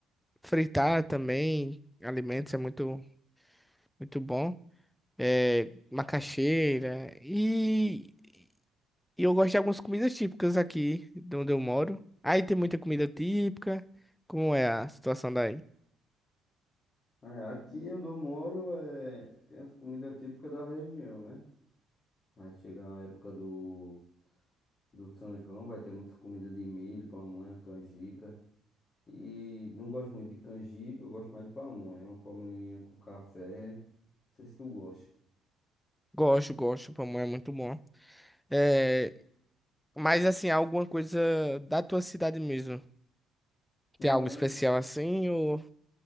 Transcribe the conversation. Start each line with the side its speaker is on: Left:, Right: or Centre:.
Centre: fritar também alimentos é muito, muito bom. É, macaxeira. E, e eu gosto de algumas comidas típicas aqui de onde eu moro. Aí tem muita comida típica. Como é a situação daí?
Left: É, aqui onde eu moro é, tem as comidas típicas da região, né? Mas chega a época do, do São João, vai ter muitas comidas de milho, pamonha, canjica. E não gosto muito de canjica, eu gosto mais de pamonha. Uma pamonhinha com café. Não sei se tu gosta.
Centre: Gosto, gosto. Pamonha é muito bom. É, mas assim, alguma coisa da tua cidade mesmo?
Left: Não,
Centre: Tem algo
Left: não,
Centre: especial assim ou